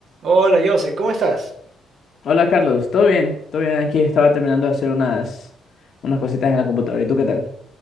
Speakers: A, on the right; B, on the left.
A: Hola, Jose, ¿cómo estás?
B: Hola Carlos, ¿todo bien? Todo bien, aquí estaba terminando de hacer unas, unas cositas en la computadora. ¿Y tú qué tal?